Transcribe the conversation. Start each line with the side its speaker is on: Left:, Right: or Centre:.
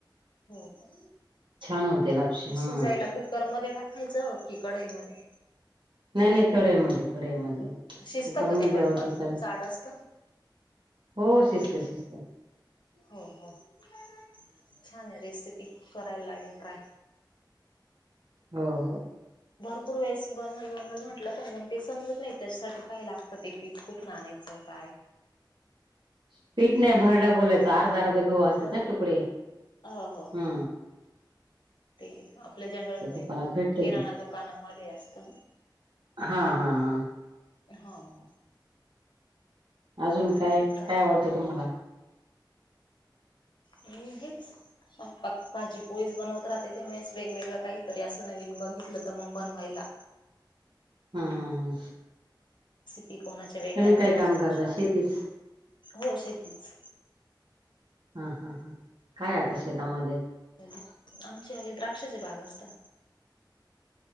Left: हो का
Right: छान होते लापशी हा
Left: शिजायला कुकर मध्ये टाकायचं की, कढई. मध्ये.
Right: नाही नाही कडईमध्ये कढईमध्ये. कुकर
Left: शिजतं का
Right: मध्ये
Left: ते पटकन
Right: होती सग
Left: जाड असतं
Right: हो शिस्त शिस्त.
Left: हो हो छान आहे, रेसिपी करायला लागेल ट्राय.
Right: हो हो.
Left: भरपूर वेळेस बनवल बनवल म्हटलं पण मग ते समजत नाही त्याच्यासाठी काय लागतं ते पीठ कुठंन आणा यच काय.
Right: <inaudible> पीठ नाही भरडा बोलायचा अर्धा, अर्ध गहु असतात
Left: हो
Right: ना तुकडे
Left: हो हो
Right: ह.
Left: ते आपलं जनरल
Right: दुकानात भेटत
Left: किराणा
Right: की
Left: दुकानामध्ये असत ना.
Right: हा हा हा.
Left: हो हो
Right: अजून काय
Left: बघू ट्राय
Right: काय आवडतं तुम्हाला?
Left: मी हेच स्वयंपाक भाजी पोळीच बनवत राहते त्यामुळेच वेगवेगळ. काहीतरी असं नवीन बघितलं तर मग बनवायला
Right: हा हा हा.
Left: की कोणाच्या वेगळ्या
Right: तुम्ही काय
Left: कोणाच्या
Right: काम करता
Left: कशा
Right: शेतीच
Left: हो शेतीच.
Right: हा हा हा काय आता शेतामध्ये?
Left: आमचे हले द्राक्षाचे बाग असता.